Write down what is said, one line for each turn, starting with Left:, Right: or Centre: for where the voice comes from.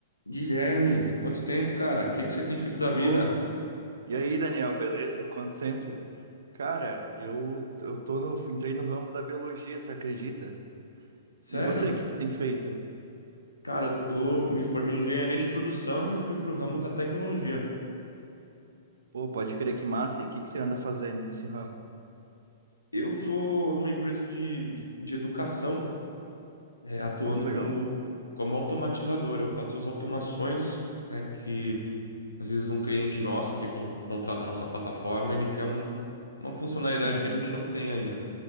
Left: Guilherme, quanto tempo, cara? O que que você tem feito da vida?
Right: Ô, e aí, Daniel, beleza? Quanto tempo? Cara, eu, eu tô no, entrei no ramo da biologia, você acredita?
Left: Sério?
Right: E você, o que que tem feito?
Left: Cara, eu tô, me formei em engenharia de produção e fui pro ramo da tecnologia.
Right: Pô, pode crer que massa, e o que que você anda fazendo nesse ramo?
Left: Eu tô numa empresa de, de educação, é, atuando
Right: Ô, que
Left: como,
Right: legal.
Left: como automatizador. Eu faço as automações, né, que às vezes um cliente nosso que con- contrata a nossa plataforma, ele quer um- uma funcionalidade
Right: Uhum,
Left: que a gente não tem ainda.